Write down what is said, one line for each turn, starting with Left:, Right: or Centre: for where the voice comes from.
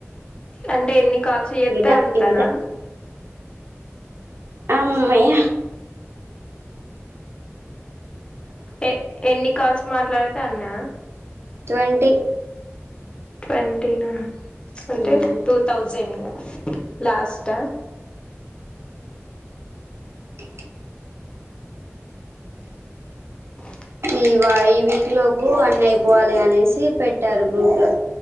Left: అంటే ఎన్ని కాల్స్ చేస్తా
Right: దా
Left: అంతానా
Right: ఇంగ ఆమ్మ్మయ
Left: ఎ ఎన్ని కలిసి మాట్లాడతే అన్న
Right: ట్వంటంటి
Left: ట్వంటీనా అంటే
Right: మ్మ్
Left: టూ థౌజండ్గా లాస్ట్ ఆ
Right: కే
Left: వో
Right: ఈ ఈ వీక్ లోపు అన్ని అయిపోవాలి అనేసి పెట్టారు గ్రూప్ లో